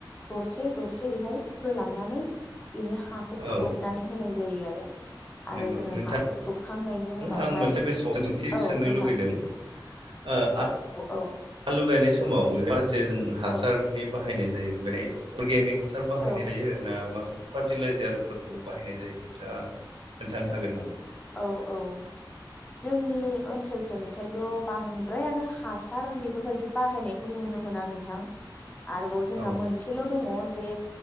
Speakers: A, on the left; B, on the right.
A: दरसे दरसेहै होलांनानै बिनि हाखौ
B: औ
A: खोबनानै होनाय जायो आरो। आरो
B: नंगौ
A: जोङो
B: नोंथां
A: हाखौ खोबखांनायनि उनावहाय
B: आं मोनसे बे सोंथि
A: औ
B: सोंनो
A: नों
B: लुगैदों ओ
A: औ
B: लुगायनाय समाव माखासे जों हासारनि
A: औ
B: बाहायनाय जायो बेहाय अर्गेनिक हासार बाहायनाय
A: औ
B: जायो ना मा फार्टिलाइजारफोरखौ बाहायनाय जायो नोंथाङा खोन्थानो हागोन नामा?
A: औ औ जोंनि ओनसोलसिजोंथायथ' बांद्रायानो हासार बेफोरबायदि बाहायनायखौ नु नो मोना नोंथां आरोबाव जोंना
B: औ
A: मोनसेल' दङ जे